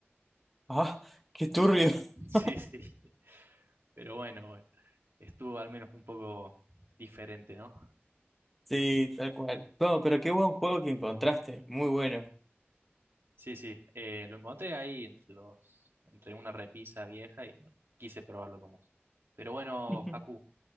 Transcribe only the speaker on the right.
<laughs> Sí, sí. Pero bueno, bueno. Estuvo al menos un poco diferente, ¿no?
Sí, sí. Eh, lo encontré ahí entre los, entre una repisa vieja y bueno, quise probarlo como Pero bueno,
Facu,